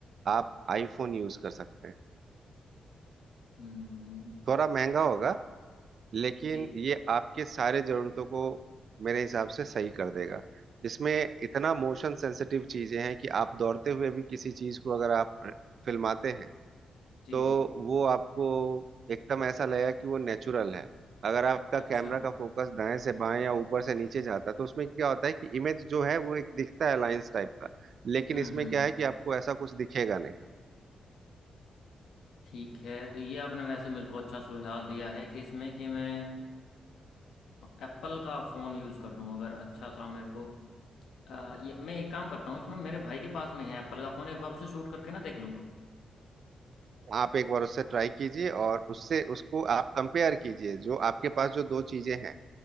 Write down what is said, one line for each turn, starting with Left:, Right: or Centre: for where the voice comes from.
Right: आप आईफोन यूज कर सकते हैं
Left: हम्म
Right: थोड़ा महंगा होगा लेकिन
Left: जी
Right: ये आपके सारे जरूरतों को मेरे हिसाब से सही कर देगा इसमें इतना मोशन सेंसिटिव चीजें हैं कि आप दौड़ते हुए भी किसी चीज को अगर आप फिल्माते हैं
Left: जी
Right: तो वो आपको एकदम ऐसा लगेगा कि वो नेचुरल है अगर आपका कैमरा
Left: अच्छा
Right: का फोकस दाएं से बाएं या ऊपर से नीचे जाता है तो उसमें क्या होता है कि इमेज जो है वो एक दिखता है लाइंस टाइप का लेकिन
Left: हम्म
Right: इसमें
Left: हम्म
Right: क्या है कि आपको ऐसा कुछ दिखेगा नहीं
Left: ठीक है तो ये आपने वैसे मुझको अच्छा सुझाव दिया है कि इसमें कि मैं एप्पल का फ़ोन यूज़ कर लूँ अगर अच्छा सा मेरे को अ, ये, मैं एक काम करता हूँ इसमें मेरे भाई के पास में है एप्पल का फ़ोन एक बार उसे शूट करके ना देख लूँ
Right: आप एक बार उससे ट्राई कीजिए और उससे उसको आप कंपेयर कीजिए जो आपके पास जो दो चीजें हैं